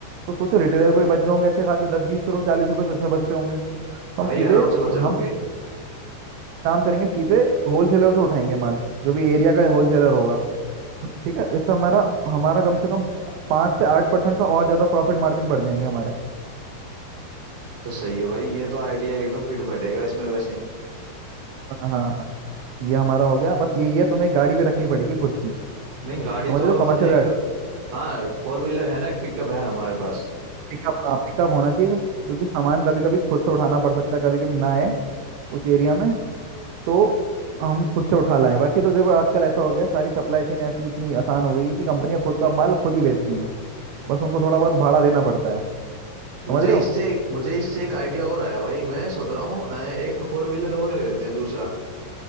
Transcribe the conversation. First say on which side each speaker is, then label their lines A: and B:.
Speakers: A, on the right; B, on the right.
A: तो सोचो रिटेलर को ही बच रहे होंगे अच्छे खासे दस बीस रुपये चालीस रुपये तो इसमें बचते होंगे तो
B: भाई
A: हम सीधे
B: आराम से बच
A: हम
B: रहे होंगे
A: काम करेंगे सीधे होलसेलर से उठाएंगे माल जो भी एरिया का होलसेलर होगा ठीक है इससे हमारा हमारा कम से कम पाँच से आठ परसेंट का और ज़्यादा प्रॉफिट मार्जिन बढ़ जाएंगे हमारे
B: तो सही है भाई ये तो आइडिया एकदम फिट बैठेगा इसमें वैसे
A: हाँ हाँ हाँ ये हमारा हो गया बस यही है तुम्हें एक गाड़ी भी रखनी पड़ेगी खुद की
B: नहीं गाड़ी
A: समझ
B: तो
A: रहे हो कमर्शियल
B: एक
A: गाड़ी।
B: हाँ फोर व्हीलर है ना एक पिकअप है हमारे पास
A: पिकअप हाँ पिकअप होना चाहिए क्योंकि सामान कभी कभी खुद से उठाना पड़ सकता है कभी कभी ना आए कुछ एरिया में तो हम खुद से उठा लाएं बाकी तो देखो आजकल ऐसा हो गया सारी सप्लाई चेन ऐसी इतनी आसान हो गई है कि कंपनियां खुद का माल खुद ही बेचती हैं बस उनको थोड़ा बहुत भाड़ा देना पड़ता है समझ
B: मुझे
A: रहे
B: इससे
A: हो
B: मुझे इससे एक आइडिया और आया भाई मैं सोच रहा हूँ अ, एक फोर व्हीलर और ले लेते हैं दूसरा